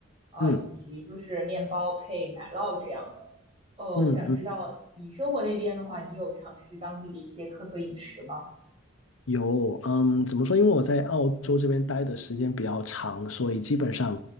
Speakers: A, on the right; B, on the left.
A: 呃，
B: 嗯
A: 以及就是面包配奶酪这样的。呃，
B: 嗯嗯，
A: 我想知道你生活那边的话，你有尝试当地的一些特色饮食吗？
B: 有，嗯，怎么说？因为我在澳洲这边待的时间比较长，所以基本上，